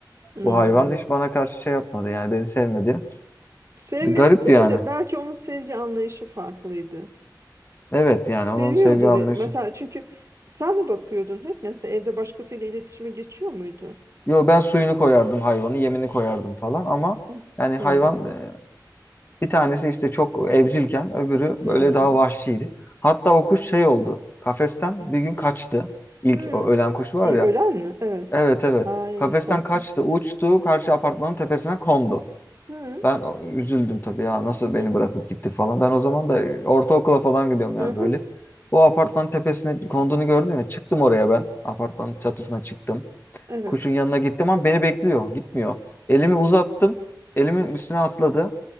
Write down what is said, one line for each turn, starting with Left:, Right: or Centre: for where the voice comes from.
Right: Hmm.
Left: Bu hayvan hiç bana karşı şey yapmadı yani beni sevmedi.
Right: Sevmedi
Left: Garipti
Right: değil
Left: yani.
Right: de belki onun sevgi anlayışı farklıydı.
Left: Evet yani onun
Right: Seviyordu.
Left: sevgi anlayışı.
Right: de- Mesela çünkü sen mi bakıyordun hep? Mesela evde başkasıyla iletişime geçiyor muydu?
Left: Yo ben suyunu koyardım hayvanı, yemini koyardım falan ama
Right: Hı.
Left: yani hayvan
Right: Hmm.
Left: e, bir tanesi işte çok evcilken öbürü böyle
Right: Hmm.
Left: daha vahşiydi. Hatta o kuş şey oldu. Kafesten bir gün kaçtı. İlk
Right: Hmm.
Left: o ölen kuş var
Right: İl-
Left: ya.
Right: Ölen mi? Evet.
Left: Evet evet.
Right: Ay
Left: Kafesten
Right: korkunç.
Left: kaçtı, uçtu, karşı apartmanın tepesine kondu.
Right: Hı hı.
Left: Ben o- üzüldüm tabii ya nasıl beni
Right: Hı <laughs>
Left: bırakıp
Right: hı.
Left: gitti falan. Ben o zaman da ortaokula falan gidiyorum yani
Right: Hı
Left: böyle. O apartmanın tepesine konduğunu gördüm ya çıktım oraya ben. Apartmanın çatısına çıktım.
Right: Evet.
Left: Kuşun yanına gittim ama beni bekliyor gitmiyor. Elimi uzattım. Elimin üstüne atladı.